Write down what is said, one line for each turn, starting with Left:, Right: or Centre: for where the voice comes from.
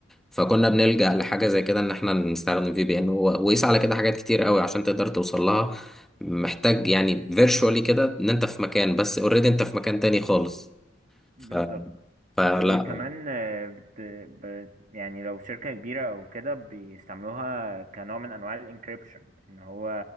Centre: فكنا بنلجأ لحاجة زي كده إن إحنا نستخدم في بي إن وقيس على كده حاجات كتير قوي عشان تقدر توصل لها محتاج يعني فيرشوالي كده إن أنت في مكان بس أوريدي أنت في مكان تاني خالص
Right: بالظبط
Centre: ف... فلا
Right: وكمان آه، بت... بت... يعني لو شركة كبيرة أو كده بيستعملوها كنوع من أنواع الانكريبشن إن هو